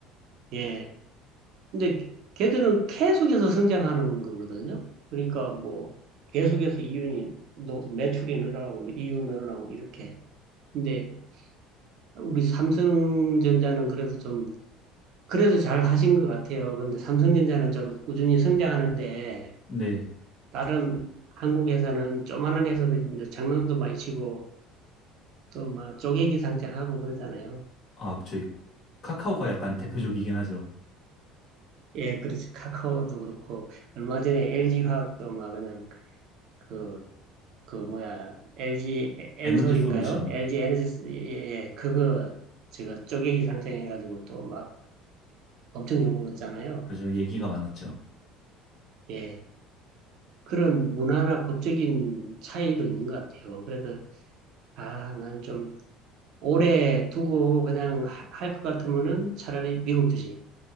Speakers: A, on the right; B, on the left.
A: 예. 근데 걔들은 계속해서 성장하는 거거든요. 그러니까 뭐 계속해서 이윤이 노- 매출이 늘어나고 뭐 이윤 늘어나고 이렇게. 근데 우리 삼성전자는 그래서 좀 그래도 잘 하신 것 같아요. 근데 삼성전자는 좀 꾸준히 성장하는데
B: 네.
A: 다른 한국 회사는 조만한 회사들인데 장난도 많이 치고 또 막 쪼개기 상장하고 그러잖아요.
B: 아, 저희 카카오가 약간 대표적이긴 하죠.
A: 예, 그렇지. 카카오도 그렇고 얼마 전에 LG 화학도 막 그냥 그, 그 뭐야 LG 엔솔인가요?
B: 에너지 솔루션.
A: LG 에너지 예, 예, 예. 그거 제가 쪼개기 상장해가지고 또 막 엄청 욕먹었잖아요.
B: 그죠. 얘기가 많았죠.
A: 예, 그런 문화나 법적인 차이도 있는 것 같아요. 그래서 아, 나는 좀 오래 두고 그냥 할 것 같으면은 차라리 미국 주식.